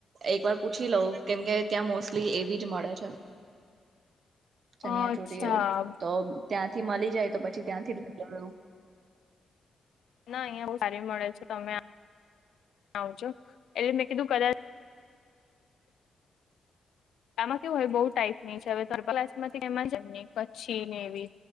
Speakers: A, on the right; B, on the left.
A: એક વાર પૂછી લઉં કેમકે ત્યાં મોસ્ટલી એવી જ મળે છે. ચનિયા
B: અચ્છા
A: ચોરી એવું તો ત્યાંથી મળી જાય પછી ત્યાંથી જ નની ગું
B: ના અહિયાં બ સારી મળેલ છે તમે આવજો એટલે મેં કીધું કદાચ આમાં કેવ હોય બહુ ટાઈપ ની છે હવેલાસમાંથી એમાંમ કચ્છી નેવી